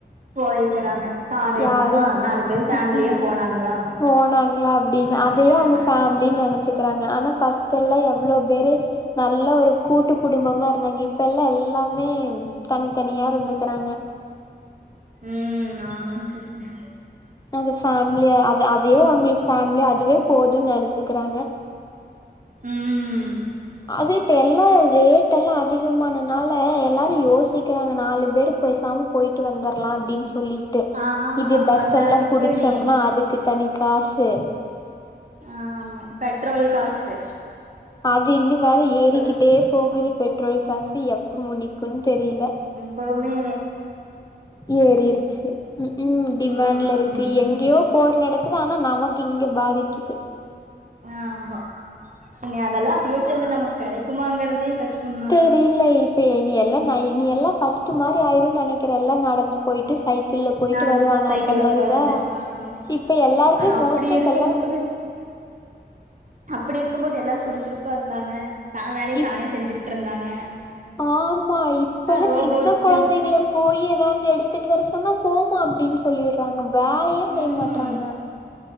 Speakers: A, on the right; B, on the left.
A: போய்கிறாங்க கார் எடுத்தமா
B: யாரு
A: நாலு பேர் ஃபேமிலியா
B: ம் ம்
A: போனாங்களா
B: போனாங்களா அப்டின்னு
A: வந்துக்கறாங்க
B: அதையே அவுங்க ஃபேமிலின்னு நெனச்சு இருக்குறாங்க ஆனா ஃபஸ்ட்டு எல்லா எவ்ளோ பேரு நல்ல ஒரு கூட்டு குடும்பமா இருந்தாங்க இப்ப எல்லா எல்லாமே தனித்தனியா இருந்துக்கிறாங்க
A: ம் ஆமாங்க சிஸ்டர்
B: அது ஃபேமிலியா அ அதையே அவுங்களுக்கு ஃபேமிலி அதுவே போதுன்னு நெனச்சிக்கிறாங்க
A: ம்
B: அது இப்ப எல்லா ரேட் எல்லா அதிகமான னால எல்லாரு யோசிக்கிறாங்க நாலு வெறு பேசாம போயட்டு வந்துற்லா அப்டின்னு சொல்லிட்டு
A: ஆமா
B: இது பஸ்
A: பத்தாதுக்கு
B: எல்லா புடிச்சோம்னா
A: நீ
B: அதுக் துக்கு தனி காசு
A: ஆமா பெட்ரோல் காசு
B: அது இன்னு வேற ஏறிக்கிட்டே
A: இப்பல்லா
B: போகுது பெட்ரோல் காசு எப்ப முடிக்கு னு தெரில
A: இப்பவுமே
B: ஏறிருச்சு ம் ம் டிமாண்ட்ல
A: ம்
B: இருக்கு எங்கேயோ போர் நடக்குது ஆனா நமக்கு இங்க பாதிக்கிது
A: ஆமா இனி அதல்ல ஃபியூச்சர்ல நமக்கு கெடைக்குமா ங்கறதே கஷ்டோ தா
B: செரி இல்லை இப்ப இனி எல்லா னை இனி எல்லா ஃபஸ்ட்டு மாரி ஆயிரு நெனை இருக்கிற எல்லா நடந்து போயிட்டு சைக்கிள்ல போயிட்டு
A: நடந்து
B: வருவாங்க
A: போ சைக்கிள்ல
B: அந்த மாரிதா
A: போறது ஆமா
B: இப்ப எல்லாருமே
A: ஆனா அப்டி
B: மோஸ்ட்டு இப்ப
A: இருக்கும்போது
B: எல்லா
A: அப்டி இருக்கு போது எல்லா சுறுசுறுப்பா இருந்தாங்க தா வேலைய
B: இப்
A: தானே செஞ்சுகிட்டு ருந்தாங்க
B: ஆமா இப்ப எல்லா
A: ரோபோட்டு
B: சின்ன கொழந்தைகளு போய் எதாவது எடுத்துட்டு வர சொன்னா போமா அப்டின்னு சொல்லிறாங்க வேலையே செய்யமாட்டறாங்க
A: ம்